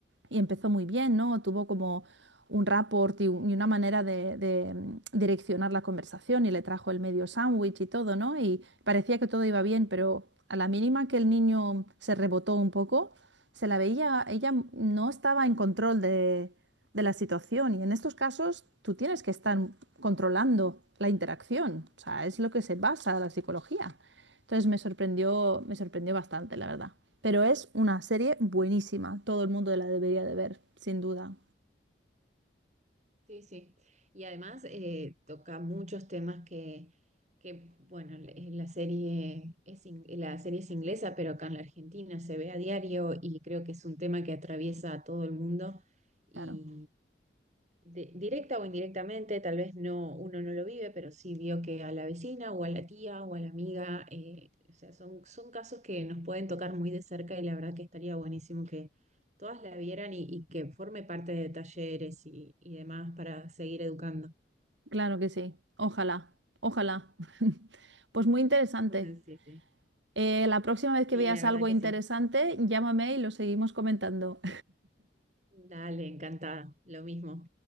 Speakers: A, on the right; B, on the right.
A: y empezó muy bien, ¿no? Tuvo como un rapport y, un- y una manera de, de, mm, direccionar la conversación y le trajo el medio sándwich y todo, ¿no? Y parecía que todo iba bien, pero a la mínima que el niño se rebotó un poco, se la veía, ella no estaba en control de, de la situación y en estos casos tú tienes que estar controlando la interacción, o sea, es lo que se basa la psicología. Entonces me sorprendió, me sorprendió bastante, la verdad. Pero es una serie buenísima, todo el mundo la debería de ver, sin duda,
B: Sí, sí. Y además eh, toca muchos temas que, que bueno, le- la serie es in- la serie es inglesa, pero acá en la Argentina se ve a diario y creo que es un tema que atraviesa a todo el mundo. Y,
A: claro.
B: de- directa o indirectamente, tal vez no, uno no lo vive, pero sí vio que a la vecina o a la tía o a la amiga, eh, o sea, son, son casos que nos pueden tocar muy de cerca y la verdad que estaría buenísimo que todas la vieran y, y que forme parte de talleres y, y demás para seguir educando.
A: Claro que sí. Ojalá, ojalá. <laughs> Pues muy interesante.
B: <laughs> Sí, sí.
A: Eh, la próxima vez que
B: Sí,
A: veas
B: la
A: algo
B: verdad que
A: interesante,
B: sí.
A: llámame y lo seguimos comentando.
B: Dale, encantada. Lo mismo.